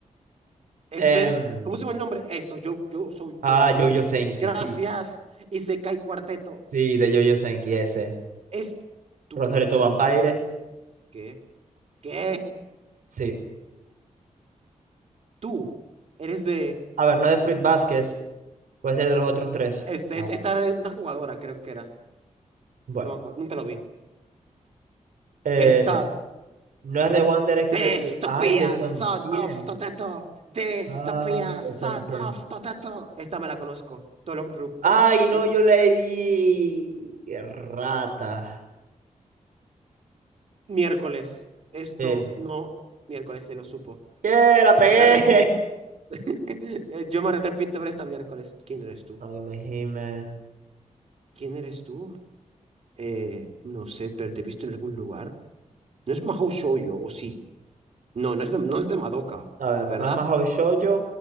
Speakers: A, on the right; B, on the right.
A: Este,
B: Em,
A: ¿cómo se llama el nombre? Esto, yo, yo soy
B: ah,
A: yo, yo sé.
B: Jojo Senki,
A: Gracias.
B: sí.
A: Y se cae cuarteto.
B: Sí, de Jojo Senki ese.
A: Es tú.
B: Rosario to Vampire,
A: ¿Qué? ¿Qué?
B: sí.
A: Tú. Eres de.
B: A ver, no es de Fruit Basket, puede ser de los otros tres.
A: Este,
B: Ah.
A: esta era una jugadora, creo que era.
B: Bueno.
A: No me acuerdo, nunca lo vi.
B: Eh,
A: Esta.
B: no es de Wonder Experience.
A: Dystopia,
B: Ay, de Son
A: son
B: 100.
A: of Toteto. Dystopia,
B: Ah,
A: son
B: de Son 100.
A: of Toteto. Esta me la conozco. Tolo Rup.
B: Ay, no,
A: No,
B: yo le di. Qué rata.
A: miércoles. Esto
B: Eh,
A: no. Miércoles se lo supo.
B: ¡Che, la pegué!
A: Me arrep- <laughs> Eh, Yo me arrepiento de ver esta miércoles. ¿Quién eres
B: <laughs>
A: tú?
B: Ay, me gime.
A: ¿Quién eres tú? Eh, no sé, pero te he visto en algún lugar. No es Mahou Shoujo, ¿o sí? No, no es de, no es de Madoka,
B: A ver,
A: ¿verdad?
B: no es Mahou Shoujo.